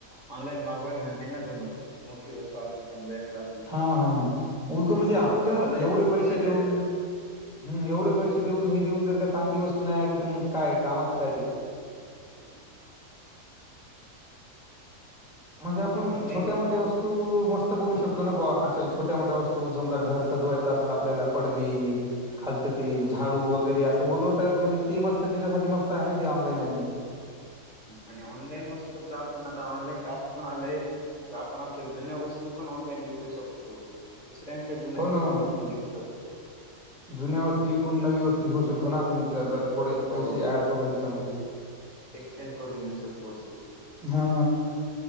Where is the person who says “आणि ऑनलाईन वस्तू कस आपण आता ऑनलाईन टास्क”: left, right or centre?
Left